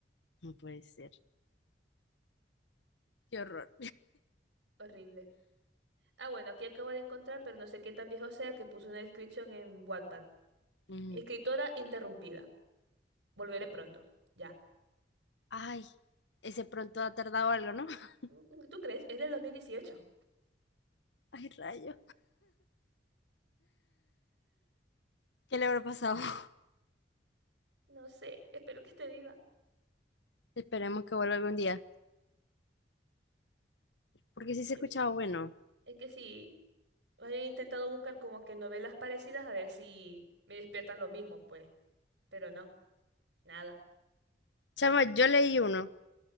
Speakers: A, on the left; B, on the right.
A: No puede ser, qué horror.
B: Horrible. Ah, bueno, aquí acabo de encontrar, pero no sé qué tan viejo sea que puso una descripción en Wattpad.
A: Ujú.
B: Escritora interrumpida. Volveré pronto. Ya.
A: Ay, ese pronto ha tardado algo, ¿no? <laughs>
B: Mm, ¿Tú crees? Es del dos mil dieciocho
A: Ay, rayo, ¿qué le habrá pasado? <laughs>
B: No sé, espero que esté viva.
A: Esperemos que vuelva algún día, porque sí se
B: Yo
A: escuchaba
B: sí.
A: bueno.
B: Es que sí, Había intentado buscar como que novelas parecidas a ver si me despiertan lo mismo, pues. Pero no, nada.
A: Chama, yo leí uno